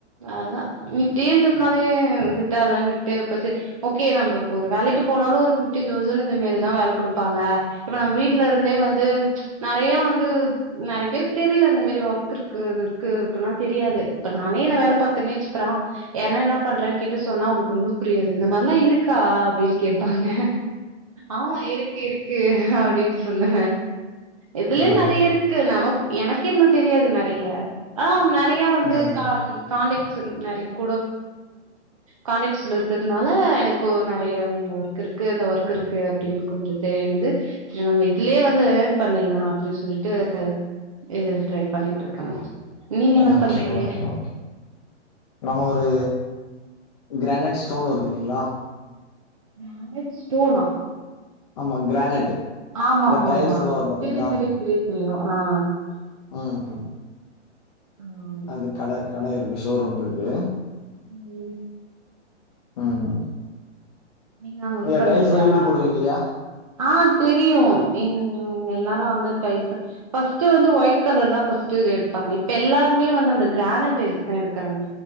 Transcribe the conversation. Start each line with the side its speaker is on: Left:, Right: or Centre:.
Right: அதா இப்டின்றதுனாலேயே செட்டாலேன்னு விட்டு இப்ப சரி ஓகே நம்ம இப்ப ஒரு வேலைக்கு போனாலு ஒரு ஃபிப்டீன் தௌசண்ட் இந்த மாரிதா வேல குடுப்பாங்க இப்ப நம்ம வீட் வீட்லேருந்தே வந்து நெறையா வந்து நெறைய பேருக்கு தெரில இந்த மாரி ஒர்க் இருக்கு இது இருக்குதுன்னா தெரியாது இப்ப நானே இந்த வேல பாக்கறனே வச்சுக்க யார்னா என்ன பண்றே கேட்டு சொன்னா அவுங்ளுக்கு ஒன்னும் புரியாது இந்த மாரிலா இருக்கா அப்டின்னு கேப்பாங்க ஆமா இருக்கு இருக்கு அப்டின்னு சொல்லுவ இதுலே
Left: ம்,
Right: நெறைய இருக்கு நமக்கு எனக்கு இன்னு தெரியாது நெறையா ஆ நெறைய வந்து
Left: ம்.
Right: கா காான்டக்ட்ஸ் நெறைய கூட காண்டக்ட்ஸ்ல இருக்றதுனால எனக்கு நெறைய ஒர்க் இருக்கு அந்த ஒர்க் இருக்கு அப்டின்னு கொஞ்ச தெரிய வந்து கெளம்பிப் இதுலே வந்து ஏர்ன் பண்ணிர்லா அப்டின்னு சொல்லிட்டு இது ட்ரை பண்ணிட்டு இருக்கேங்க நீங்க என்ன
Left: ஓகே,
Right: பண்றீங்க
Left: ஓகே, ஓகே. நம்ம ஒரு கிரானைட் ஸ்டோன் வருது இல்லிங்களா
Right: கிரானைட் ஸ்டோனா
Left: ஆமா கிரானைட்டு்
Right: ஆமா
Left: இந்த
Right: ஆமா
Left: டைல்ஸெலா
Right: ஆமா
Left: வரும் பாத்தீங்களா
Right: தெரியு தெரியு ஆ
Left: ம் ம். அது கட கடை இருக்கு ஷோரூம் இருக்கு
Right: ம்
Left: ம்
Right: நீங்க அங்க ஒர்க் பண்றிங்களா
Left: டைல்ஸ்லா வீட்டுக்கு போடுவீங்க இல்லையா?
Right: ஆ தெரியு எங் எல்லாரு அந்த டைல்ஸ் ப ஃபஸ்ட் வந்து ஒயிட் கலர் தா ஃபர்ஸ்ட் வந்து ஒயிட் கலர் தான் ஃபர்ஸ்ட் எடுப்பாங்க இப்ப எல்லாருமே வந்து அந்த கிரானட்டைல்ஸ் தா எடுக்றாங்க